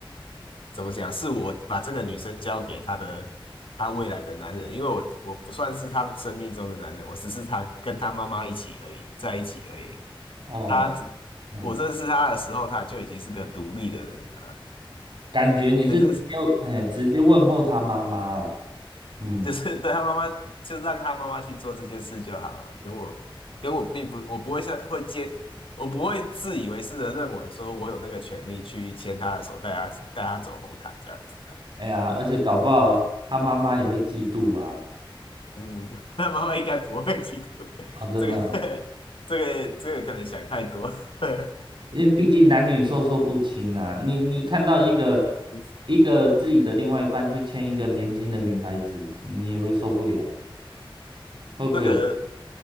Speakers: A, on the left; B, on the right.
A: 怎么讲，是我把这个女生交给她的她未来的男人，因为我我不算是他们生命中的男人，我只是她跟她妈妈一起而已，在一起而已。
B: 哦，
A: 她
B: 嗯，
A: 我认识她的时候，她就已经是个独立的人了，
B: 感觉你是直接，
A: 所以这
B: 哎，直接问候他妈妈啦，嗯，
A: <laughs> 就是对他妈妈，就让他妈妈去做这件事就好了。跟我，跟我并不，我不会像会接，我不会自以为是的认为说我有那个权利去牵他的手，带他带他走红毯这样子的。
B: 哎呀，而且搞不好他妈妈也会嫉妒啊，
A: 嗯，<laughs> 那妈妈应该不会嫉妒。
B: 哦，真的啊
A: 这个 <laughs> 这个这个可能想太多。<laughs>
B: 因为毕竟男女授受不亲啊，你你看到一个
A: 嗯
B: 一个自己的另外一半去牵一个年轻的女孩子，你也会受不了，会不会有？
A: 这个